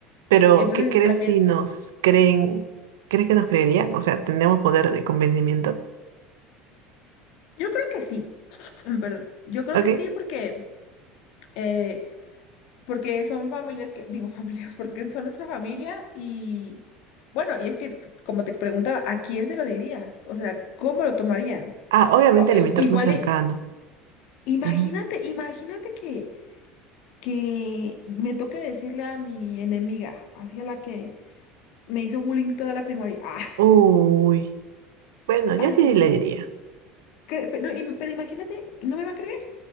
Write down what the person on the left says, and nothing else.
Entonces
también,
yo creo que sí, <clears throat> <sniffs> mm, perdón, yo creo
que sí porque, eh, porque son familias que, digo familias, <laughs> porque son nuestra familia y bueno, y es que como te preguntaba, ¿a quién se lo dirías? O sea, ¿cómo lo tomarían?
O,
i-
igual,
y- imagínate,
imagínate que, que me toque decirle a mi enemiga, así a la que me hizo bullying toda la primaria, <laughs> ah,
así.
Cre- Pero, im- pero imagínate, ¿no me va a creer?